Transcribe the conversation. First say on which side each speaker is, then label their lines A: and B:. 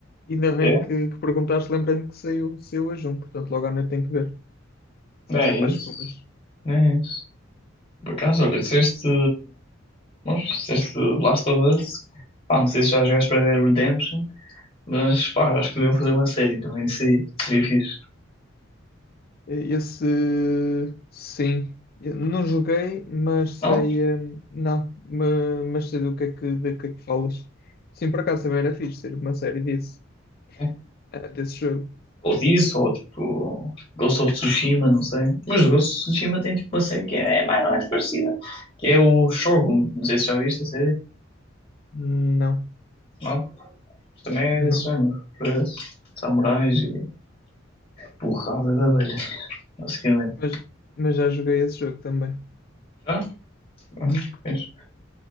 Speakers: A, on the left; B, on the left.
A: ainda bem
B: é,
A: que, que perguntaste, lembrei-me que saiu, saiu hoje um, portanto logo à noite tenho que ver. Será
B: é
A: que é para as
B: isso,
A: segundas?
B: é isso. Por acaso, olha, disseste. Mas disseste Last of Us, pá, não sei se já jogaste Red Dead Redemption, mas pá, eu acho que deviam fazer uma série também, isso aí, seria fixe.
A: Esse, sim. Eu Não joguei, mas sei.
B: Não?
A: hum, Não, ma- mas sei do que é que, do que é que falas. Sim, por acaso também era fixe ser uma série desse,
B: É.
A: eh, desse jogo.
B: Ou disso, ou tipo Ghost of Tsushima, não sei. Mas o Ghost of Tsushima tem tipo uma série que é mais ou menos parecida, que é o Shogun, não sei se já viste a série,
A: Não,
B: não? Mas Também
A: não.
B: é desse género, para samurais e porrada de abelhas, basicamente.
A: Mas, mas já joguei esse jogo também.
B: Já? Já?
A: Uhum.
B: Fixe.